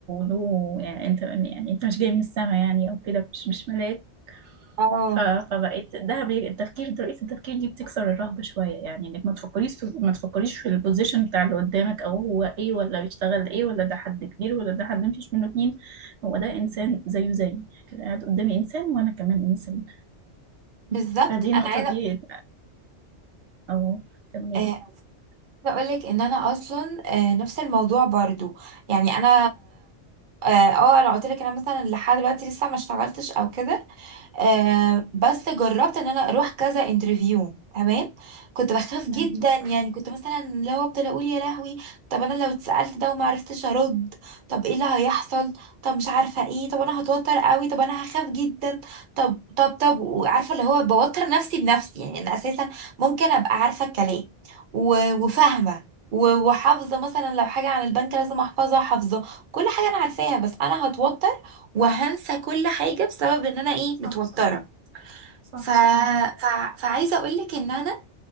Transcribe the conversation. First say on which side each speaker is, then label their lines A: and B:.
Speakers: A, on the right; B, on the right.
A: له يعني انت يعني انت مش جاي من السما يعني او كده مش مش ملاك
B: اه
A: ف... فبقيت ده بي... التفكير طريقه التفكير دي بتكسر الرهبه شويه يعني انك ما تفكريش في... ما تفكريش في البوزيشن بتاع اللي قدامك او هو ايه ولا بيشتغل ايه ولا ده حد كبير ولا ده حد مفيش منه اتنين هو ده انسان زيه زيي اللي قاعد قدامي انسان وانا كمان انسان
B: بالظبط
A: فدي النقطة
B: انا عايزه
A: دي أهو كملي
B: آه، عايزه اقول لك ان انا اصلا آه، نفس الموضوع برضو يعني انا اه آه، انا قلت لك انا مثلا لحد دلوقتي لسه ما اشتغلتش او كده آه بس جربت ان انا اروح كذا انترفيو تمام كنت بخاف
A: أيوه
B: جدا يعني كنت مثلا لو افضل اقول يا لهوي طب انا لو اتسالت ده وما عرفتش ارد طب ايه اللي هيحصل طب مش عارفه ايه طب انا هتوتر قوي طب انا هخاف جدا طب طب طب وعارفه اللي هو بوتر نفسي بنفسي يعني انا اساسا ممكن ابقى عارفه الكلام و- وفاهمه و- وحافظه مثلا لو حاجه عن البنك لازم احفظها حافظه كل حاجه انا عارفاها بس انا هتوتر وهنسى كل حاجة بسبب ان انا ايه
A: صح
B: متوترة
A: صح
B: ف...
A: أيوه
B: ف... فعايزة اقولك ان انا